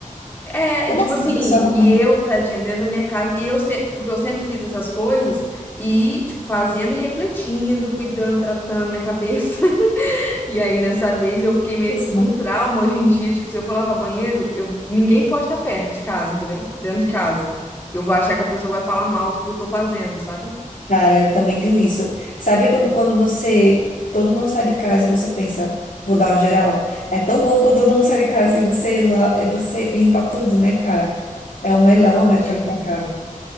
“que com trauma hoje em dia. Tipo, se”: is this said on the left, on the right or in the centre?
Left